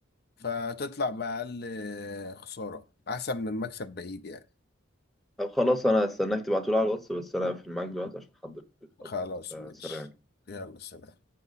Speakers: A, on the left; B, in the centre.
A: فتطلع بأقل آه، خسارة أحسن من مكسب بعيد يعني
B: طب خلاص أنا هستناك تبعتولي على الواتس بس أنا هقفل معاك دلوقتي عشان حضرتك
A: خلاص
B: فسلام
A: ماشي يلا سلام